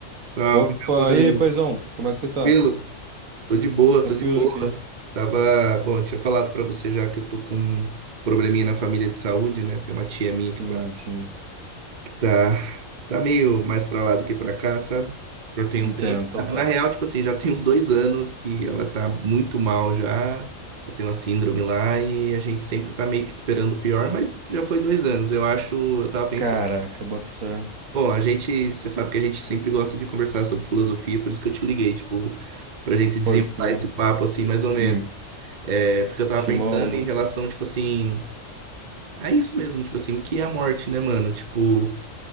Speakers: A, on the right; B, on the right.
A: Salve,
B: Opa,
A: meu mano.
B: e aí, paizão, como é que você tá?
A: Tranquilo? Tô de boa,
B: Tranquilo
A: tô de boa.
B: aqui?
A: Tava, bom, tinha falado pra você já que eu tô com um probleminha na família de saúde, né? Tem uma tia minha
B: Sim,
A: que tá,
B: sim.
A: que tá, tá meio mais pra lá do que pra cá, sabe? Já tem
B: Entendo,
A: um tempo.
B: total.
A: Na, na real, tipo assim, já tem uns dois anos que ela tá muito mal já. Ela tem uma síndrome lá e a gente sempre tá meio que esperando o pior, mas já foi dois anos. Eu acho, eu tava pensando.
B: Caraca, boto fé.
A: Bom, a gente, você sabe que a gente sempre gosta de conversar sobre filosofia, por isso que eu te liguei, tipo, pra gente desenrolar
B: Pode crer.
A: esse papo, assim, mais ou
B: Sim,
A: menos. É, porque eu tava
B: tinha
A: pensando
B: uma onda.
A: em relação, tipo assim, é isso mesmo, tipo assim, o que é a morte, né, mano? Tipo,